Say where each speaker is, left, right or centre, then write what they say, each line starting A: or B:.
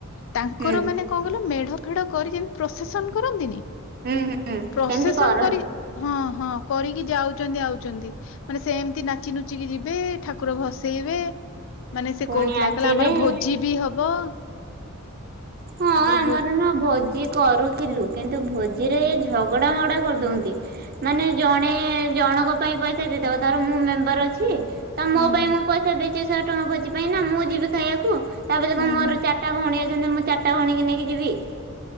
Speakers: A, on the left; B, on the right.
A: ତାଙ୍କର
B: ହୁଁ
A: ମାନେ କଣ କଇଲ ମେଢ ଫେଢ କରି ଯେମିତି ପ୍ରଶେସନ କରନ୍ତିନି
B: ହୁଁ ହୁଁ
A: ପ୍ରଶେସନ୍
B: ସେମିତି କରନ୍ତି
A: କରି ହଁ ହଁ କରିକି ଯାଉଛନ୍ତି ଆଉଛନ୍ତି। ମାନେ ସେମିତି ନାଚି ନୁଚିକି ଯିବେ ଠାକୁର ଭସ ସେଇବେ। ମାନେ ସେ
B: ପୁଣି
A: କହୁଥିଲା,
B: ଆସିବେ
A: କହିଲା ଆମର ଭୋଜି ବି ହବ।
B: ହଁ
A: ତାଙ୍କର
B: ଆମର
A: ଭୋ
B: ନା ଭୋଜି କରୁଥିଲୁ। କିନ୍ତୁ ଭୋଜିରେ ଏ ଝଗଡା ମଗଡା କରିଦନ୍ତି। ମାନେ ଜଣେ ଜଣଙ୍କ ପାଇଁ ପଇସା ଦେଇଦବ, ଧର ମୁଁ ମେମ୍ବର ଅଛି ତ ମୋ
A: ହୁଁ
B: ପାଇଁ
A: ହୁଁ
B: ମୁଁ ପଇସା ଦେଇଛିି ଶହେ ଟଙ୍କା ଭୋଜି ପାଇଁ ନା ମୁଁ ଯିବି ଖାଇବାକୁ। ତାବୋଲି କଣ
A: ହୁଁ
B: ମୋର
A: ହୁଁ
B: ଚାରିଟା ଭଉଣୀ ଅଛନ୍ତି। ମୁଁ ଚାରିଟା ଭଉଣୀ କି ନେଇକି ଯିବି।